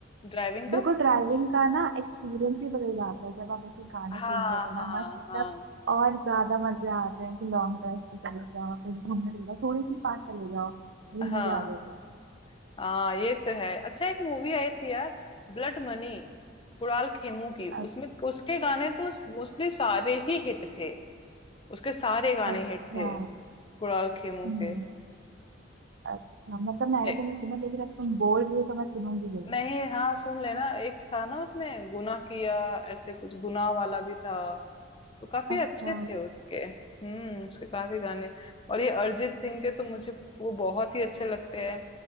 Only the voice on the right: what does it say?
बिल्कुल
ड्राइविंग का ना एक्सपीरियंस ही बदल जाता है जब आप ऐसे गाने
सुनते हो ना
मस्त मतलब
और ज्यादा मजे आते हैं कि लॉन्ग ड्राइव पे चले जाओ कहीं घूमने चले जाओ थोड़ी सी पास चले जाओ लेकिन
मजे आ जाते हैं
अ-
अच्छा
हम्म
अच्छा मतलब मैंने
तो नहीं सुना लेकिन अब तुम बोल रही हो तो मैं सुनूंगी जरूर
अच्छा